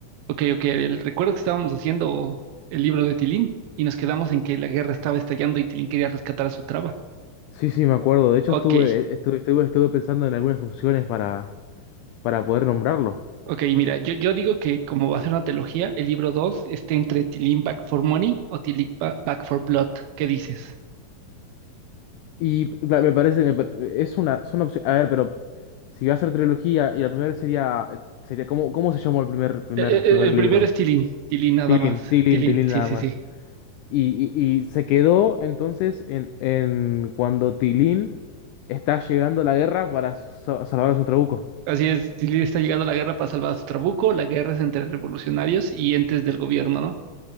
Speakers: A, on the right; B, on the left.
A: Ok, ok, Ariel. Recuerdo que estábamos haciendo el libro de Tilín y nos quedamos en que la guerra estaba estallando y Tilín quería rescatar a su traba.
B: Sí, sí, me acuerdo. De hecho,
A: Ok,
B: estuve, estuve, estuve, estuve pensando en algunas opciones para, para poder nombrarlo.
A: ok, mira, yo, yo digo que como va a ser una trilogía, el libro 2 esté entre Tilín Back for Money o Tilín Ba- Back for Blood. ¿Qué dices?
B: Y la- me parece, me par- es una, son opciones. A ver, pero si va a ser trilogía y la primera sería, sería ¿cómo, cómo se llamó el primer, primer,
A: Eh, eh, eh,
B: primer
A: el
B: libro?
A: primero es Tilín, Tilín nada
B: Tilín,
A: más.
B: Tilín,
A: Tilín,
B: Tilín
A: sí,
B: nada
A: sí,
B: más.
A: sí.
B: Y, y, y se quedó entonces en, en cuando Tilín está llegando a la guerra para sa- salvar a su trabuco.
A: Así es, Tilín está llegando a la guerra para salvar a su trabuco. La guerra es entre revolucionarios y entes del gobierno, ¿no?